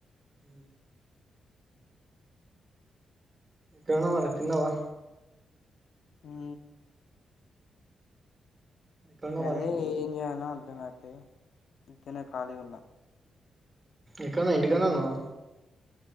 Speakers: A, on the right (about 30°); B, on the left (about 75°).
A: హ కనా మర తిన్నావా
B: మ్
A: ఎక్కడున్నావ్
B: అదే
A: మరి
B: ఏం చేయాల నింగా అంటే ఇంకనే ఖాళీగా ఉన్నా
A: ఇక్కన్నా ఇంటికనే ఉన్నావా